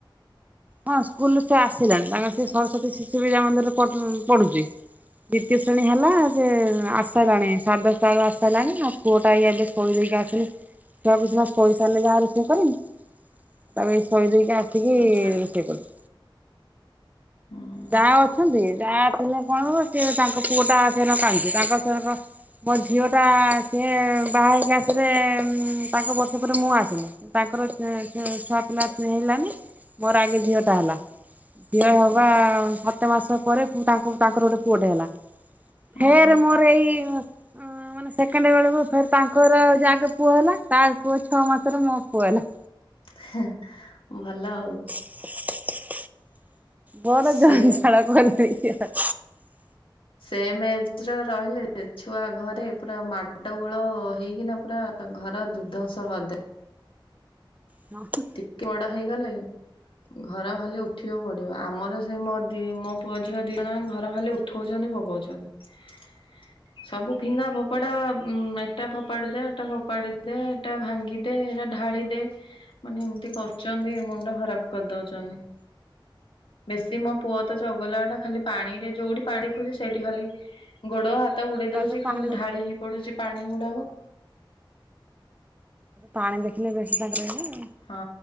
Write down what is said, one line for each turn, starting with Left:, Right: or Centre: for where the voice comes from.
Right: ହଁ ସ୍କୁଲ୍ ରୁ ସେ ଆସିଲାଣି ତାଙ୍କର ସେ ସରସ୍ଵତୀ ଶିଶୁ ବିଦ୍ୟା ମନ୍ଦିରରେ ପଢ ଅଁ, ପଢୁଚି। ଦ୍ଵିତୀୟ ଶ୍ରେଣୀ ହେଲା। ହୁଁ, ଆସଲାଣି, ସାଡ୍ ଦଶଟାବେଳୁ ଆସଲାଣି ଆଉ ପୁଅଟା ଏଇ ଏବେ ଶୋଇ ଦେଇକି ଆସିଲି। ଛୁଆକୁ ସିନା ଶୋଇ ସାରିଲେ ଯାହା ରୁଷେଇ କରିମି। ତାକୁ ଏଇ ଶୋଇ ଦେଇକି ଆସ ଠିକି
Left: ଆଚ୍ଛା।
Right: ରୋଷେଇ କରୁଛି,
Left: ହୁଁ
Right: ଯା ଅଛନ୍ତି, ଯା ହେଲେ କଣ କହିଲୁ ସିଏ ତାଙ୍କ ପୁଅ ଟା ସେରଙ୍କ କାନ୍ଦୁଚି, ତାଙ୍କ ସେରକ ମୋ ଝିଅ ଟା ସିଏ ବାହା ହେଇକି ଆସିଲେ ଉଁ, ତାଙ୍କ ବର୍ଷେ ପରେ ମୁଁ ଆସିଲି। ତାଙ୍କର ସେ ସେ ଛୁଆ ପିଲା ସେ ହେଲାନି, ମୋର ଆଗେ ଝିଅ ଟା ହେଲା, ଝିଅ
Left: ଓହୋ
Right: ହବା ସ ସାତ ମାସ ପରେ ହୁଁ, ତାଙ୍କୁ ତାଙ୍କର ଗୋଟେ ପୁଅଟେ ହେଲା। ଫେରେ
Left: ଉଁ ହୁଁ
Right: ମୋର ଏଇ ଉ ହଁ ମାନେ ସେକେଣ୍ଡେ ବେଳକୁ ଫେର ତାଙ୍କର ଯେ ଆଗେ ପୁଅ ହେଲା ତା ପୁଅ ଛଅ ମାସର ମୋ ପୁଅ ହେଲା।
Left: ହଁ ଭଲ ଆଉ।
Right: ହ ବଡ
Left: ସେ
Right: ଜଞ୍ଜାଳ କରିବେ ସିଏ ହୋ।
Left: ସେମ୍ ଏଜ୍ ର ରହିଲେ ଛୁଆ ଘରେ ପୁରା ମାଣ୍ଡ ଗୋଳ ହେଇକିନା ପୁରା ତ ଘର ଦୁଦସ କରଦେ।
Right: ହଁ କି
Left: ଟିକେ ବଡ ହେଇଗଲେ। ଘର ଖାଲି ଉଠିବ ପଡିବ, ଆମର ସେଇ ମୋ ଦି- ମୋ ପୁଅ ଝିଅ ଦି ଜଣ ଘର ଖାଲି ଉଠ ଠଉଚନି ପକଉଛନି। ସବୁ ଫିଙ୍ଗା ଫୋପାଡା ଉଁ, ଏଟା ଫୋପାଡି ଦେ, ଏଟା ଫୋପାଡି ଦେ, ଏଟା ଭାଙ୍ଗି ତେ ଏଟା ଢାଳି ଦେ, ମାନେ ଏମିତି କରୁଚନ୍ତି ମୁଣ୍ଡ ଖରାପ କରିଦଉଚନି। ବେଶୀ ମୋ ପୁଅ ତ ଚଗଲା ଟା, ଖାଲି ପାଣି ରେ ଯୋଉଠି ପାଣି ଖୋଜି ସେଇଠି ଖାଲି ଗୋଡ ହାତ ବୁଡେଇ
Right: ଛୁଆ
Left: ଦଉଚି,
Right: ତ ପାଣି
Left: ଖାଲି ଢାଳି ହେଇ ପଡୁଛି ପାଣି ଗୁଡାକ।
Right: ପାଣି ଦେଖିଲେ ବେଶୀ ତାଙ୍କର ଇଏ।
Left: ହଁ